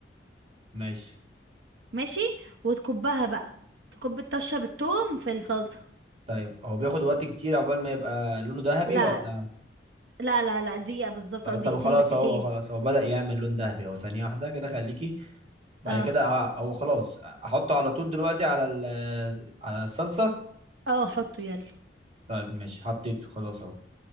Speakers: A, on the right (about 35°); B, on the right (about 75°).
A: ماشي
B: ماشي وتكبها بقى تكب الطشة بالتوم في الصلصة
A: طيب هو بياخد وقت كتير عقبال ما يبقى لونه ذهبي
B: لا
A: ولا
B: لا لا لا دقيقة بالظبط او دقيقتين
A: طب خلاص
B: بالكتير
A: اهو خلاص هو بدأ يعمل لون ذهبي اهو ثانية واحدة كده خليكي بعد
B: اه
A: كده ه- هو خلاص احطه على طول دلوقتي على ال- على الصلصه
B: اه حطه يلا
A: طيب ماشي حطيته خلاص اهو